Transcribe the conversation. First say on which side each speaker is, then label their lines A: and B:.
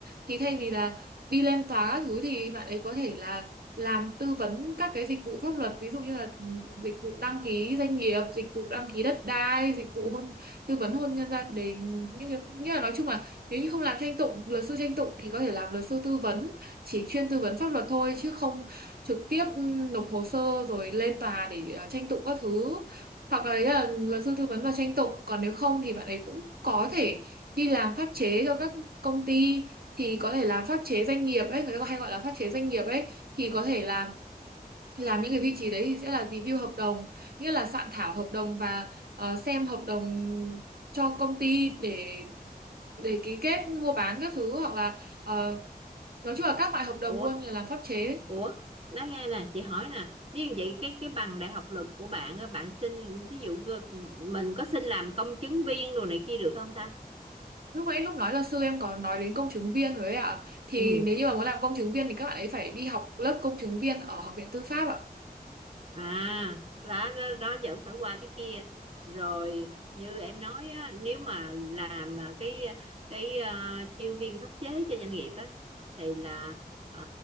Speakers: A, on the right; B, on the right.
A: thì thay vì là đi lên tòa các thứ thì bạn ấy có thể là làm tư vấn các cái dịch vụ pháp luật ví dụ như là ừ, dịch vụ đăng ký doanh nghiệp dịch vụ đăng ký đất đai dịch vụ hôn tư vấn hôn nhân gia đình những cái như là nói chung là nếu như không làm tranh tụng luật sư tranh tụng thì có thể làm luật sư tư vấn chỉ chuyên tư vấn pháp luật thôi chứ không trực tiếp ừ, nộp hồ sơ rồi lên tòa để ờ, tranh tụng các thứ hoặc là đấy là luật sư tư vấn và tranh tụng còn nếu không thì bạn ấy cũng có thể đi làm pháp chế cho các công ty thì có thể làm pháp chế doanh nghiệp ấy người ta hay gọi là pháp chế doanh nghiệp ấy thì có thể làm làm những cái vị trí đấy thì sẽ là review hợp đồng nghĩa là soạn thảo hợp đồng và ờ, xem hợp đồng cho công ty để để ký kết mua bán các thứ hoặc là ờ, nói chung là các loại hợp đồng
B: Ủa
A: luôn là làm pháp chế
B: Ủa, nói nghe nè, chị hỏi nè, nếu như vậy cái cái bằng đại học luật của bạn á, bạn xin thí dụ ờ, mình có xin làm công chứng viên đồ này kia được không ta?
A: Lúc nãy lúc nói là sư em có nói đến công chứng viên rồi ấy ạ. Thì
B: Ừ.
A: nếu như mà muốn làm công chứng viên thì các bạn ấy phải đi học lớp công chứng viên ở Học viện Tư pháp ạ.
B: à đó, đó, đó vẫn phải qua cái kia rồi như em nói á nếu mà làm à, cái cái à, chuyên viên pháp chế cho doanh nghiệp á thì là à,